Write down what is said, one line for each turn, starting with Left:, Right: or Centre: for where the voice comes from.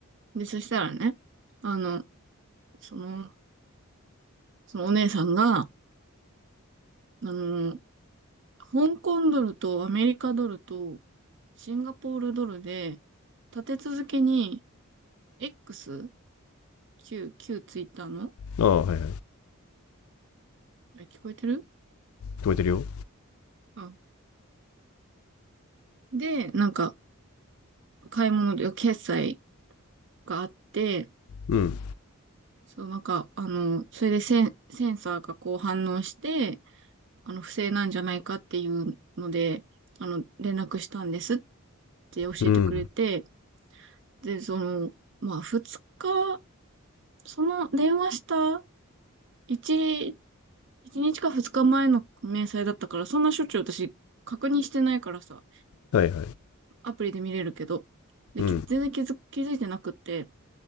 Right: で、そしたらね、あの、その、そのお姉さんが、あの、香港ドルとアメリカドルとシンガポールドルで、立て続けに X 旧、旧ツイッターの
Left: ああ、はいはい。
Right: あれ聞こえてる
Left: 聞こえてるよ。
Right: あ。で、なんか、買い物で決済があって、
Left: うん。
Right: そう、なんか、あの、それでセン、センサーがこう反応して、あの、不正なんじゃないかっていうので、あの、連絡したんですって教えてくれて、
Left: うん。
Right: で、その、まあ、二日、その電話した一、一日か二日前の明細だったから、そんなしょっちゅう私確認してないからさ、
Left: はいはい。
Right: アプリで見れるけど、で、
Left: うん。
Right: き全然気づ、気づいてなくって、